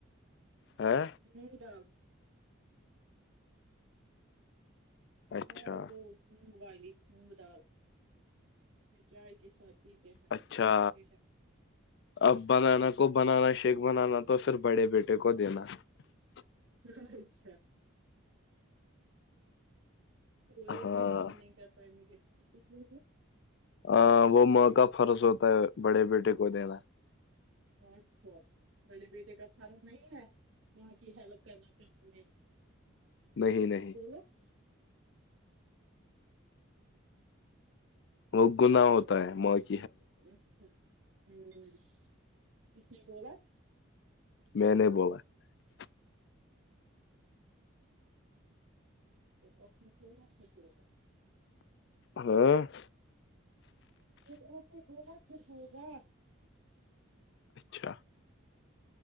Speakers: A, on the left (about 60°); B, on the right (about 85°).
A: ہے
B: ہٹا <inaudible>
A: اچھا
B: الالگو <unintelligible> مونگ والی مونگ دال چائے کے ساتھ <unintelligible> جییک سا
A: اچھا
B: سکشا <unintelligible>
A: اب بنانا کو بنانا شیک بنانا تو سر بڑے بیٹے کو دینا <unintelligible>
B: اچھا <unintelligible> وہ ایک
A: ہاں
B: بھی کام نہیں کر پا ہے مجھے <unintelligible> ت ہے <unintelligible>
A: ہاں وہ مو کا فرض ہوتا ہے بڑے بیٹے کو دینا <unintelligible>
B: اور چھو بڑے بیٹے کا فرض نہیں ہے ماں کی ہیلپ کرنا کااں میں
A: نہیں نہیں
B: <unintelligible> اک <unintelligible> <inaudible>
A: وہ گنااہ ہوتا ہے م <unintelligible>
B: اچھا ہ <unintelligible> کسنے ہوورا <unintelligible>
A: میں نے بولا <unintelligible>
B: چ ہو گا ک ہوا <unintelligible>
A: ہوں <inaudible>
B: پ ہوگا پھر ہوگا <unintelligible>
A: اچھا <inaudible>